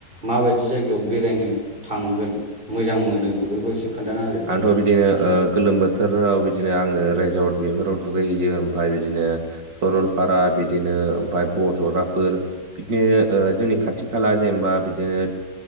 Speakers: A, on the right; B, on the right.
A: माबायदि जायगायाव बेरायनो थांगोन मोजां मोन नो बेफोरखौ एसे खोन्थाना होदो
B: ओ बिदिनो गोलोम बोथोराव बिदिनो आंङो रेजर्ट बेफोराव दुगैहैयो ओमफाय बिदिनो सरलपारा बिदिनो ओमफाय बजराफोर बिदिनो
A: औ
B: ओ जोंनि खा खाथि खाला जेनेबा बिदिनो